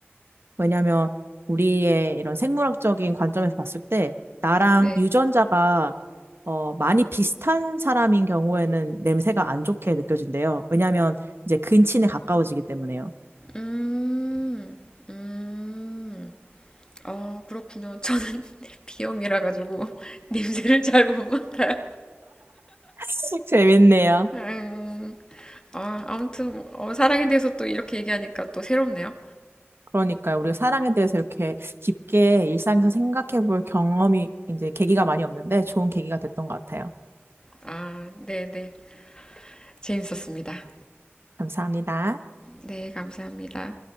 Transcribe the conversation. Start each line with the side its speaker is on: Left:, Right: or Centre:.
Right: 왜냐면 우리의 이런 생물학적인 관점에서 봤을 때 나랑
Left: 네.
Right: 유전자가 어, 많이 비슷한 사람인 경우에는 냄새가 안 좋게 느껴진대요. 왜냐면 이제 근친에 가까워지기 때문에요.
Left: 음, 음, 아, 그렇군요. 저는 <laughs> 비염이라 가지고 <laughs> 냄새를 잘 못 맡아요.
Right: <laughs> 재밌네요.
Left: 음, 아, 아무튼 뭐, 어, 사랑에 대해서 또 이렇게 얘기하니까 또 새롭네요.
Right: 그러니까요. 우리가 사랑에 대해서 이렇게 깊게 일상에서 생각해 볼 경험이 이제 계기가 많이 없는데 좋은 계기가 됐던 것 같아요.
Left: 아, 네, 네. 재밌었습니다.
Right: 감사합니다.
Left: 네, 감사합니다.